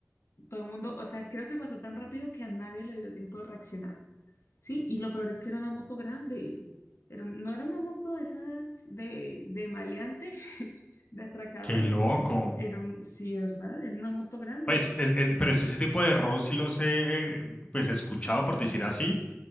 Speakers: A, on the left; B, on the left.
A: todo el mundo, o sea, creo que pasó tan rápido que a nadie le dio tiempo de reaccionar, ¿sí? Y lo peor es que era una moto grande, pero no era una moto de esas de, de maleante, <laughs> de atracador,
B: Qué loco.
A: era un, sí, ¿verdad? Era una moto grande.
B: Pues, es, es- pero es ese tipo de errores sí los he, eh, pues, escuchado, por decir así.